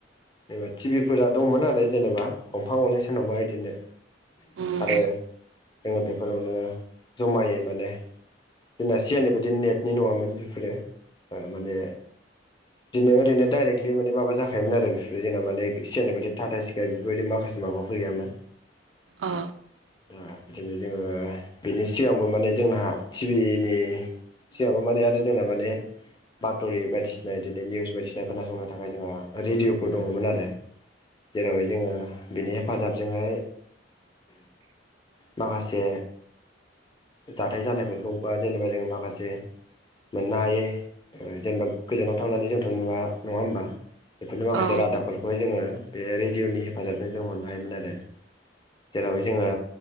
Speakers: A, on the left; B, on the right.
A: जेनेबा टिभिफोरा दंमोन आरो जेनेबा गंफा गंनै सोरनावबा इदिनो
B: उम
A: आरो जोङो बेफोरावनो जमायै माने दिना सियानि बादि नेटनि नङामोन बेफोरो ओ माने बिदिनो ओरैनो डाइरेक्टलि माने माबा जाखायोमोन आरो बेफोर जोंना माने सिगांनि बायदि टाटा सि्काय बेफोरबायदि माखासे माबो फैयामोन।
B: औ
A: दा बिदिनो जोङो बिनि सिगांबो माने जोंना टिभिनि सिगांबो माने आरो जोंना माने बाथ'रि बायदिसिना बिदिनो निउस बायदिसिना खोनासंनो थाखाय जोंहा रेडिअ'फोर दङमोन आरो जेरावहाय जोङो बिनि हेफाजाबजोंहाय माखासे जाथाय जानायफोरखौ बा जेनेबा जोङो माखासे मोननो हायो जेनेबा गोजानाव थांनानै जोंथ' नुवा नङा होमबा बेफोरनि माखासे
B: औ
A: रादाबफोरखौहाय जोङो बे रेडिअ'नि हेफाजाबजों जों मोननो हायोमोन आरो जेरावहाय जोङो